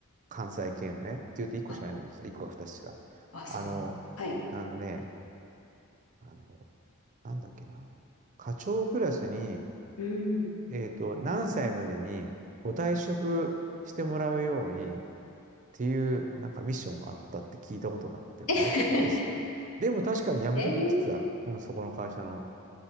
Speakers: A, on the right; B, on the left.
A: 関西系のね、って言うと1個しかないんだけどさ、
B: あ
A: 1個か2つしか。
B: あ、そう。
A: あの、
B: はい。
A: あのね、あの、なんだっけな。課長クラスに、
B: うん。
A: えっと、何歳までにご退職してもらうようにっていう、なんかミッションがあったって聞いたことがあって、本当かいっすって。
B: <laughs>
A: でも確かに辞めてくって言ってた。
B: えへへへえ
A: うん、そこの会社の、